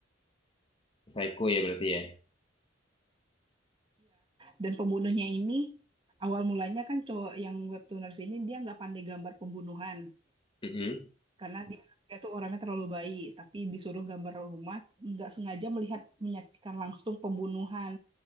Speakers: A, on the left; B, on the right.
A: Psycho ya berarti ya.
B: dan pembunuhnya ini awal mulanya kan cowok yang webtooners ini dia nggak pandai gambar pembunuhan.
A: Mm-mm.
B: karena dia, dia tuh orangnya terlalu baik, tapi disuruh gambar rumah, nggak sengaja melihat menyaksikan langsung pembunuhan